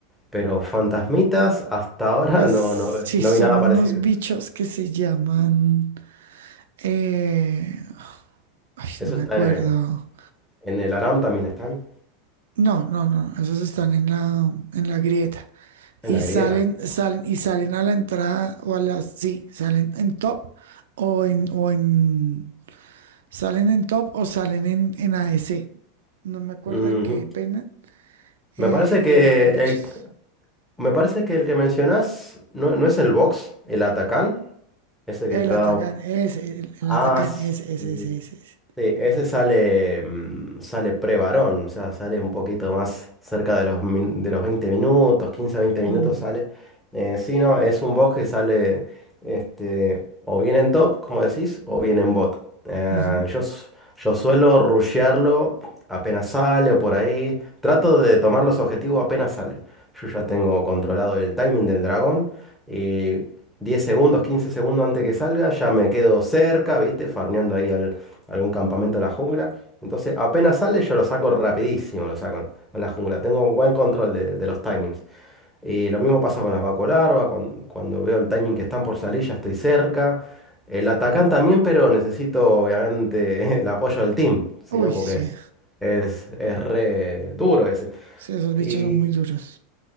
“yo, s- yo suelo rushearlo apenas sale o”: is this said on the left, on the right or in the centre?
Centre